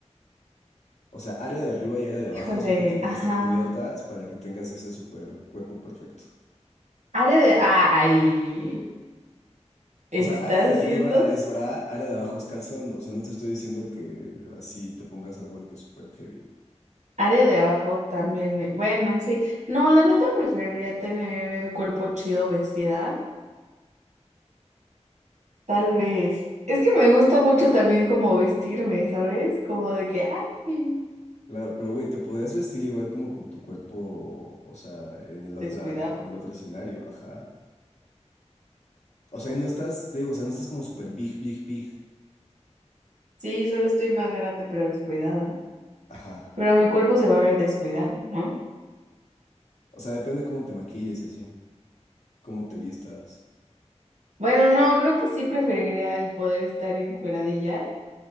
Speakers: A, on the left; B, on the right.
A: O sea, área de arriba y área de
B: Híjole,
A: abajo siempre tienen
B: ajá.
A: que estar cubiertas para que tengas ese super cuerpo perfecto.
B: Área de... Ay,
A: O
B: está
A: sea, área
B: haciendo...
A: de arriba es bra, área de abajo es calzón. O sea, no te estoy diciendo que así te pongas algo de que es súper heavy.
B: Área de abajo también. eh, Bueno, sí. No, la neta preferiría tener el cuerpo chido vestida. Tal vez. Es que me gusta mucho también como vestirme, ¿sabes? Como de que, ay,
A: Claro, pero güey, te podrías vestir igual como con tu cuerpo, o sea, en el otra,
B: descuidado.
A: en el otro escenario, ajá. O sea, y no estás, te digo, o sea, no estás como súper big, big, big.
B: Sí, solo estoy más grande, pero descuidada.
A: Ajá.
B: Pero mi cuerpo se va a ver descuidado, ¿no?
A: O sea, depende cómo te maquilles y así, cómo te vistas.
B: Bueno, no, creo que sí preferiría el poder estar encueradilla,